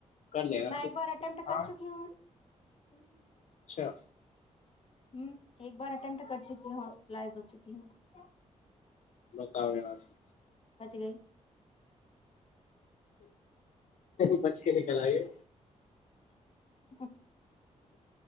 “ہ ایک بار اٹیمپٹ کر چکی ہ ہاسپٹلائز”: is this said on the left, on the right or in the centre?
Left